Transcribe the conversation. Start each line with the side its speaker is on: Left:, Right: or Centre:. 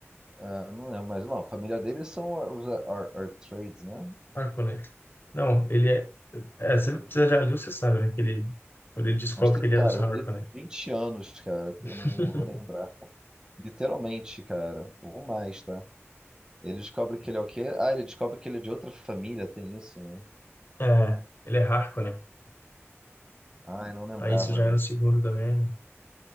Right: Ah, não lembro, mas bom, a família deles são os Ar- Ar- Artrades, né?
Left: Ah, conecta. Não, ele é. é, você, você já leu, você sabe, né? Que ele, quando ele descobre
Right: Mas tem,
Left: que ele
Right: cara,
Left: é dos Harkonnen.
Right: eu li tem vinte anos, cara. Eu
Left: <laughs>
Right: não, não vou lembrar. Literalmente, cara. Ou mais, tá? Ele descobre que ele é o quê? Ah, ele descobre que ele é de outra família, tem isso, né?
Left: É, ele é Harkonnen.
Right: Ah, eu não lembrava
Left: Aí isso já
Right: desse.
Left: é no segundo também.